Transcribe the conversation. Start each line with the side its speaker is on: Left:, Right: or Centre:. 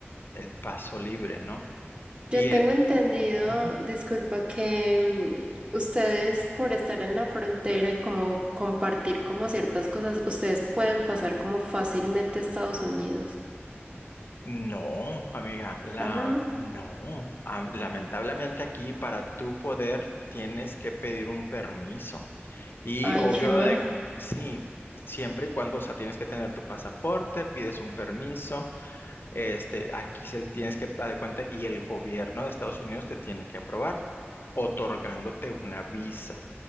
Left: el paso libre, ¿no?
Right: Yo
Left: Y
Right: tengo
Left: esto,
Right: entendido,
Left: ujú.
Right: disculpa, que mm, ustedes por estar en la frontera y como compartir como ciertas cosas, ustedes pueden pasar como fácilmente a Estados Unidos.
Left: No, amiga, la,
Right: Ah, no.
Left: no. Ah, lamentablemente aquí para tú poder tienes que pedir un permiso. Y
Right: Ay,
Left: obvio
Right: qué mal.
Left: de, sí, siempre y cuando, o sea, tienes que tener tu pasaporte, pides un permiso, este, aquí se tienes que dar cuenta y el gobierno de Estados Unidos te tiene que aprobar, otorgándote una visa